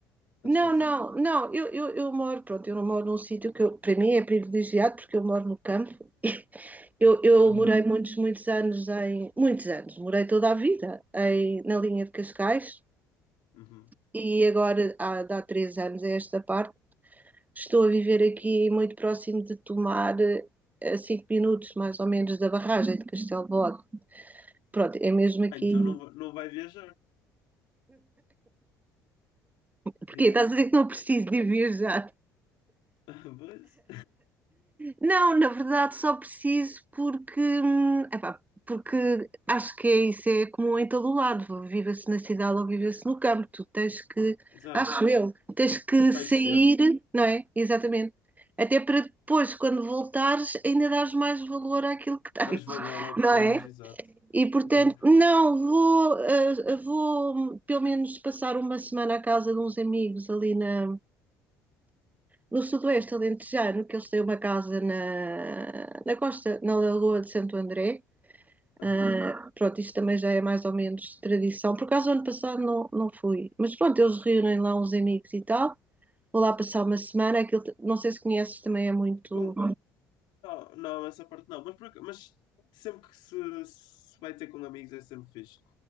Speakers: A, on the left; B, on the right.
A: a
B: Não,
A: descansar?
B: não, não. Eu, eu, eu moro, pronto, eu moro num sítio que eu, para mim é privilegiado porque eu moro no campo. Eu, eu
A: Aham.
B: morei muitos, muitos anos em. Muitos anos, morei toda a vida em, na linha de Cascais
A: Uhum.
B: e agora, há, há três anos a esta parte, estou a viver aqui muito próximo de tomar a cinco minutos mais ou menos da barragem de Castelo de Bode. Pronto, é mesmo aqui.
A: Ah, então não, va- não vai viajar?
B: Porquê?
A: Diga?
B: Estás a dizer que não preciso de viajar?
A: <laughs> Pois.
B: Não, na verdade só preciso porque, hum, epá, porque acho que é isso, é comum em todo o lado, viva-se na cidade ou viva-se no campo, tu tens que,
A: Exato.
B: acho eu, tens que
A: Espairecer,
B: sair, não é? Exatamente. Até para depois, quando voltares, ainda dares mais valor àquilo que tens,
A: mais valor ao
B: não
A: que temos,
B: é?
A: exato.
B: E portanto,
A: Exato.
B: não, vou, ah, vou hum, pelo menos passar uma semana à casa de uns amigos ali na, no sudoeste alentejano, que eles têm uma casa na, na costa, na Lagoa de Santo André.
A: Aham.
B: Ah, pronto, isto também já é mais ou menos tradição. Por acaso, ano passado não, não fui, mas pronto, eles reúnem lá uns amigos e tal. Vou lá passar uma semana. Aquilo, não sei se conheces, também é muito.
A: Com- Não, não, essa parte não, mas, por ac- mas sempre que se, se vai ter com amigos é sempre fixe.